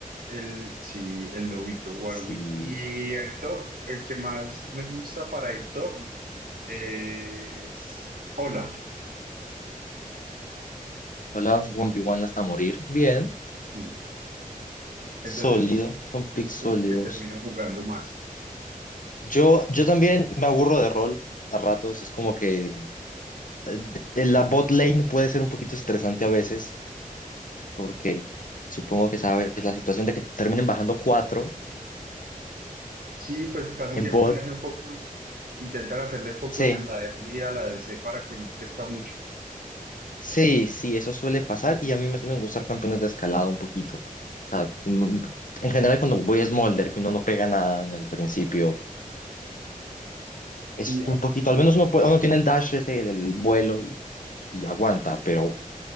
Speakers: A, on the right; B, on the left.
A: El, sí, el lobito Warwick.
B: sí.
A: Y en top, el que más me gusta para ir top eh, es Olaf.
B: Hola, 1v1 hasta morir. Bien,
A: Sí. Entonces,
B: sólido,
A: es-
B: son picks
A: esos
B: sólidos.
A: son los que termino jugando más.
B: Yo, yo también me aburro de rol a ratos, es como que eh, de- la bot lane puede ser un poquito estresante a veces porque supongo que sabes la situación de que terminen bajando cuatro
A: Sí, pues casi
B: en
A: siempre
B: bot.
A: le hacen focus, intentan hacerle focus
B: Sí,
A: en la de RI a la DC para que no crezca mucho.
B: sí, sí, eso suele pasar y a mí me suelen gustar campeones de escalada un poquito. O sea, mm, en general cuando voy a Smolder, que uno no pega nada en el principio,
A: Sí,
B: es
A: a-
B: un poquito, al menos uno, puede- uno tiene el dash ese del vuelo y aguanta, pero